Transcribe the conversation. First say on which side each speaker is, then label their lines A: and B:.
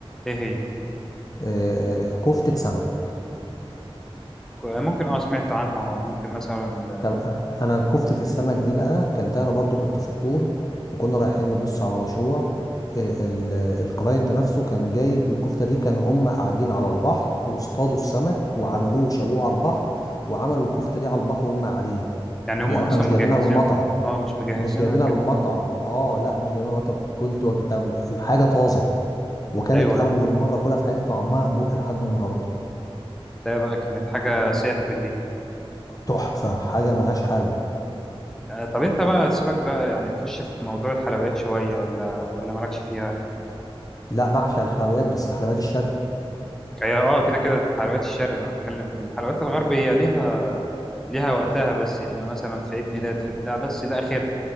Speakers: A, in the centre; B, on the left.
A: ايه هي
B: آه، آه، كفتة سمك
A: ممكن اه سمعت عنها ممكن مثلا
B: طب انا كفتة السمك دي بقى اكلتها انا برضو كنت في الطور وكنا رايحين نبص على مشروع آه، ال- الكلاينت نفسه كان جايب الكفتة دي كانوا هم قاعدين على البحر واصطادوا السمك وعملوه شووه على البحر وعملوا الكفتة دي على البحر وهم قاعدين
A: يعني هم
B: يعني
A: اصلا
B: احنا مش
A: مجهزينها
B: جايبينها من مطعم
A: اه مش مجهزينها
B: مش جايبينها
A: كانت
B: من مطعم اه لا مش جايبينها من مطعم كنت وجدتها الحاجه طازه وكانت
A: ايوه
B: اول مره اكلها في حياتي طعمها في بقي لحد النهارده
A: ده بقى كانت حاجه سحر دي
B: تحفه حاجه ملهاش حل
A: آه، طب انت بقى سيبك بقى يعني نخش في موضوع الحلويات شويه ولا ولا مالكش فيها
B: لا بعشق الحلويات بس الحلويات الشرقي
A: هي اه كده كده حلويات الشرق انا بتكلم الحلويات الغرب هي ليها ليها وقتها بس يعني مثلا في عيد ميلاد في بتاع بس ده اخر